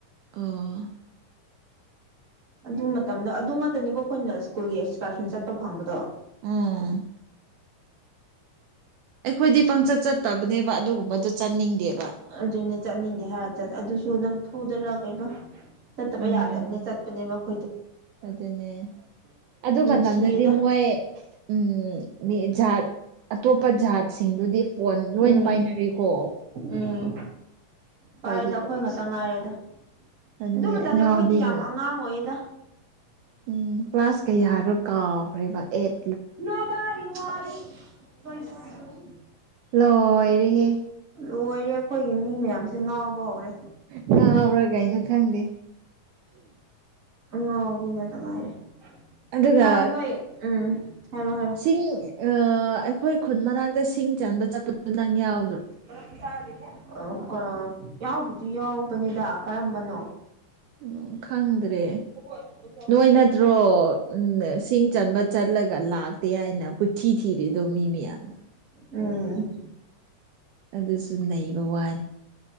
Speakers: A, on the right (about 80°); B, on the right (about 30°).
A: ꯑꯣ
B: ꯑꯗꯨ ꯃꯇꯝꯗꯣ ꯑꯗꯨ ꯉꯥꯛꯇꯅꯤꯀꯣ ꯑꯩꯈꯣꯏꯅ ꯁ꯭ꯀꯨꯜꯒꯤ ꯑꯦꯛꯁꯀꯥꯔꯁꯟ ꯆꯠꯄ ꯐꯪꯕꯗꯣ
A: ꯎꯝ ꯑꯩꯈꯣꯏꯗꯤ ꯄꯪꯆꯠ ꯆꯠꯇꯕꯅꯦꯕ ꯑꯗꯨꯒꯨꯝꯕꯗꯣ ꯆꯠꯅꯤꯡꯗꯦꯕ
B: ꯑꯗꯨꯅꯦ ꯆꯠꯅꯤꯡꯗꯦ ꯍꯥꯏꯔ ꯆꯠ ꯑꯗꯨꯁꯨ ꯅꯝꯐꯨꯗꯔꯥ ꯀꯩꯅꯣ ꯇꯕ
A: ꯎꯝ
B: ꯌꯥꯗꯕꯅꯦ ꯆꯠꯄꯅꯦꯕ <unintelligible>
A: ꯑꯗꯨꯅꯦ ꯑꯗꯨ
B: ꯅꯨꯡꯁꯤꯌꯦꯗ
A: ꯃꯇꯝꯗꯗꯤ ꯃꯣꯏ ꯎꯝ ꯃꯤ ꯖꯥꯠ ꯑꯇꯣꯞꯄ ꯖꯥꯠꯁꯤꯡꯗꯨꯗꯤ ꯐꯣꯟ ꯂꯣꯏꯟ
B: ꯎꯝ
A: ꯄꯥꯏꯅꯔꯦꯀꯣ
B: ꯎꯝ ꯄꯥꯏꯔꯦꯗ
A: ꯀꯣꯏꯗꯤ
B: ꯑꯩꯈꯣꯏ
A: ꯀꯔꯤꯁꯨ
B: ꯉꯥꯛꯇ ꯉꯥꯏꯔꯦꯗ
A: ꯑꯗꯨꯅꯦ
B: ꯑꯗꯨ ꯃꯇꯝꯗꯤ
A: ꯑꯉꯥꯎꯕꯤꯒꯨꯝ
B: ꯑꯩꯈꯣꯏꯗꯤ ꯌꯥꯝ ꯑꯉꯥꯡ ꯑꯣꯏꯌꯦꯗ
A: ꯎꯝ ꯀ꯭ꯂꯥꯁ ꯀꯌꯥꯔꯣ ꯀꯥꯎꯈ꯭ꯔꯦꯕ ꯑꯩꯠ
B: <unintelligible>
A: ꯂꯣꯏꯔꯦꯍꯦ
B: ꯂꯣꯏꯔꯦ ꯑꯈꯣꯏꯒꯤ ꯃꯤ ꯃꯌꯥꯝꯁꯦ ꯉꯥꯎꯕ ꯍꯧꯔꯦ
A: ꯉꯥꯎꯕ꯭ꯔꯥ ꯀꯩꯅꯣ ꯈꯪꯗꯦ
B: ꯉꯥꯎꯕꯤ ꯉꯥꯛꯇ ꯉꯥꯏꯔꯦ
A: ꯑꯗꯨꯒ
B: ꯍꯥ ꯅꯣꯏ ꯎꯝ ꯍꯥꯏꯔꯣ ꯍꯥꯏꯔꯣ
A: ꯆꯤꯡ <unintelligible> ꯑ ꯑꯩꯈꯣꯏ ꯈꯨꯟ ꯃꯅꯥꯛꯇ ꯁꯤꯡ ꯆꯟꯕ ꯆꯠꯄꯗꯨ ꯅꯪ ꯌꯥꯎ__
B: <unintelligible> ꯌꯥꯎꯕꯨꯗꯤ ꯌꯥꯎꯕꯅꯦꯗ ꯀꯔꯝꯕꯅꯣ
A: ꯎꯝ ꯈꯪꯗ꯭ꯔꯦ
B: <unintelligible>
A: ꯅꯣꯏ ꯅꯠꯇ꯭ꯔꯣ ꯎꯝ ꯁꯤꯡ ꯆꯟꯕ ꯆꯠꯂꯒ ꯂꯥꯛꯇꯦ ꯍꯥꯏꯅ ꯀꯨꯊꯤ ꯊꯤꯔꯤꯗꯣ ꯃꯤ ꯃꯌꯥꯝꯅ
B: ꯎꯝ
A: ꯑꯗꯨꯁꯨ ꯅꯩꯕ ꯋꯥꯅꯤ